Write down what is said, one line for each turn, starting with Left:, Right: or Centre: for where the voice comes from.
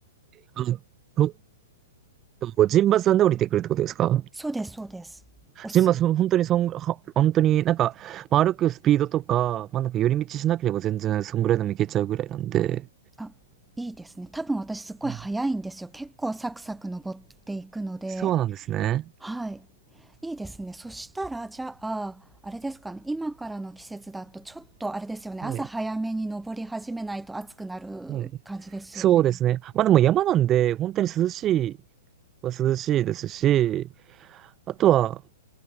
Right: あ、ちょっと、陣馬山で降りてくるってことですか
Centre: そうです、そうです。おす、
Right: 陣馬、その本当にそん、は、本当になんか、まあ、歩くスピードとか、まあ、なんか寄り道しなければ全然そんぐらいでも行けちゃうぐらいなんで。
Centre: あ、いいですね。多分私すっごい早いんですよ。
Right: はい。
Centre: 結構サクサク登っていくので、
Right: そうなんですね。
Centre: はい。いいですね。そしたら、じゃあ、あれですかね、今からの季節だとちょっとあれですよね、朝早めに登り始めないと暑くなる感じですよね。
Right: はい。はい。そうですね。まあでも山なんで、本当に涼しいは涼しいですし、あとは、